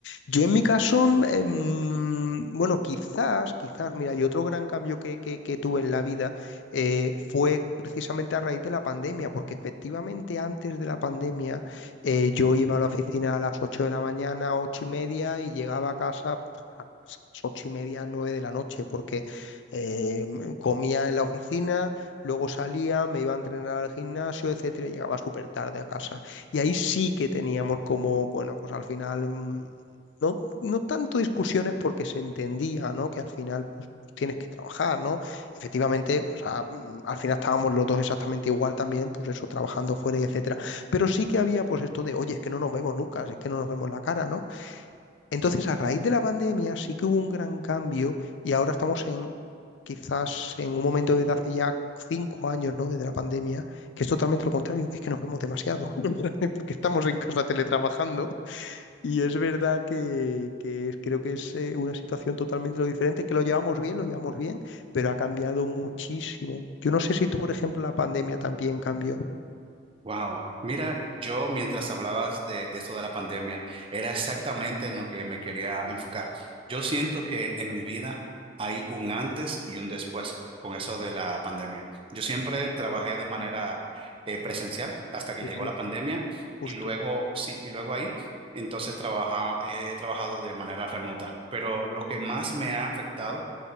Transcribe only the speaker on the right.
Wow. Mira, yo mientras hablabas de, de esto de la pandemia, era exactamente en lo que me quería enfocar. Yo siento que en mi vida hay un antes y un después con eso de la pandemia. Yo siempre trabajé de manera eh, presencial hasta que
llegó
la pandemia
y luego, sí, y luego ahí, entonces trabaja, he trabajado de manera remota. Pero lo que más me ha afectado,